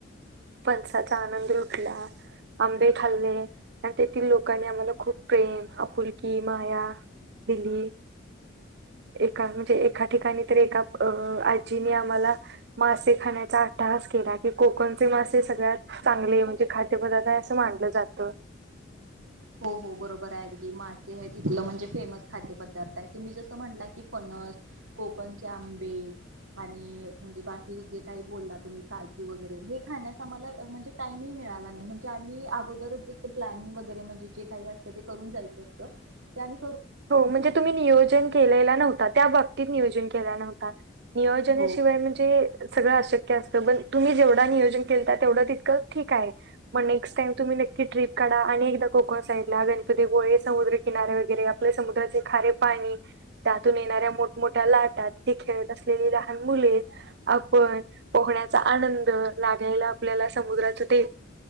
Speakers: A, on the right (about 55°); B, on the right (about 80°).
A: फणसाचा आनंद लुटला, आंबे खाल्ले आणि तेथील लोकांनी आम्हाला खूप प्रेम, आपुलकी माया दिली, एका म्हणजे एका ठिकाणी तर एका अ आजीने आम्हाला मासे खाण्याचा अट्टहास केला, की कोकणचे मासे सगळ्यात चांगले म्हणजे खाद्यपदार्थ आहे असं मानलं जातं.
B: हो हो बरोबर आहे, अगदी मासे हे तिथलं म्हणजे फेमस खाद्य पदार्थ आहे, तुम्ही जसं म्हणला कि फणस कोकणचे आंबे आणि म्हणजे बाकी जे काही बोलला तुम्ही काजू वगैरे हे खाण्यास आम्हाला म्हणजे टाईम ही मिळाला नाय म्हणजे आम्ही अगोदर जस प्लॅनींग बग तरी म्हण की काय असलं ते करून जायचं असतं, ते आणि
A: हो, म्हणजे तुम्ही नियोजन केलेला नव्हता, त्याबाबतीत नियोज जन केला नव्हता. नियोजनाशिवाय
B: हो ब
A: म्हणजे सगळं अशक् की असत जर, तुम्ही जेवढ नियोजन केलता तेवढं तितकं ठीक आहे, म नेक्स्ट टाइम तुम्ही नक्की ट्रिप काढा आणि एकदा कोकण साईडला गणपती गोळे समुद्र किनारे वगैरे ते समुद्राचे खारे पाणी, त्यातून येणाऱ्या मोठमोठ्या लाटा ती खेळत असलेली लहान मुले, आपण पोहण्याचा आनंद लागलेला आपल्याला समुद्राचं ते